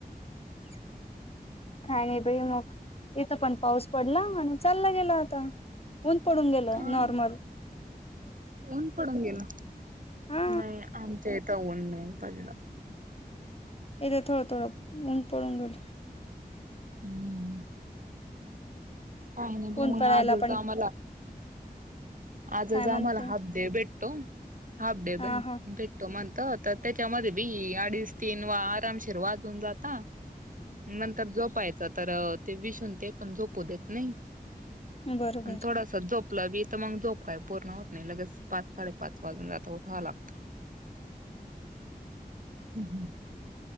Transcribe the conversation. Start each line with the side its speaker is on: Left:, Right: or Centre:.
Left: <inaudible> काय नाही बई मग इथं पण पाऊस पडला आणि चालला गेला आता. ऊन पडून गेलं
Right: हा
Left: नॉर्मल.
Right: ऊन पडून गेलं?
Left: हा
Right: नाही आमच्या इथं ऊन नाही पडलं.
Left: इथे थोडं थोडं ऊन पडून गेलं.
Right: हम काही नाही प
Left: ऊन
Right: म्हग
Left: पडायला
Right: आजच
Left: पण
Right: आम्हाला आजच
Left: काय म्हणते
Right: आम्हाला हाफ डे भेटतो हाफ डे
Left: हा
Right: भे
Left: हा
Right: भेटो म्हणत तर त्याच्यामध्ये बी अडीच तीन वा आरामशेर वाजून जाता नंतर जोपायचं तर ते विसून ते पण जोपू देत नाही
Left: बरोबर
Right: आणि थोडस झोपलं बी तर मग झोप काय पूर्ण होत नाही लगेच पाच साडेपाच वाजून जात त उठा लागत ह् हम्